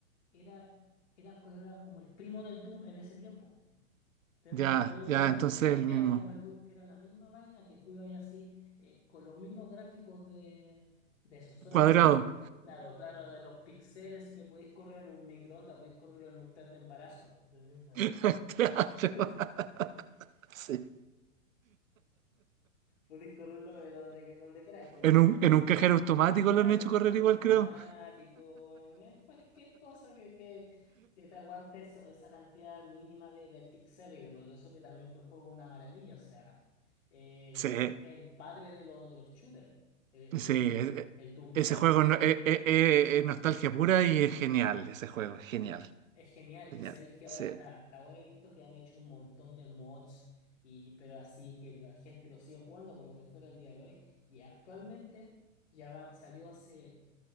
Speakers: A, on the left (about 55°); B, on the right (about 75°).
A: era, era, era como el primo del Doom en ese tiempo. Tendrá-
B: Ya,
A: Había un
B: ya,
A: Wolfenstein
B: entonces el
A: que
B: mismo.
A: era como el Doom, que era la misma vaina, que tú ibas así, eh, con los mismos gráficos de, de eso, solamente
B: Cuadrado.
A: que, claro, claro, de los píxeles que podéis correr en un microondas, podéis correrlo en un test de embarazo, ¿entendés? Ah.
B: <laughs> Claro,
A: <laughs>
B: sí.
A: Podéis correrlo de donde, que- donde queráis, pues lo
B: En
A: podéis
B: un, en un cajero automático lo
A: Claro,
B: han hecho
A: un cajero
B: correr igual,
A: automático,
B: creo.
A: em, em, cualquier cosa que, que, que te aguante eso- esa cantidad mínima de, de píxeles, por eso que también que el juego es una maravilla, o sea, eh,
B: Sí,
A: es el padre de, lo- de los shooters, el, el,
B: sí, e- e,
A: el Doom,
B: ese
A: la
B: juego
A: verdad.
B: no- e- e- e- es nostalgia pura y es genial, ese juego, genial,
A: Es genial,
B: genial.
A: y sabéis que
B: Sí.
A: ahora hasta, hasta ahora he visto que han hecho un montón de mods, y, pero así que la gente lo sigue jugando como que fuera el día de hoy, y actualmente ya van, salió hace...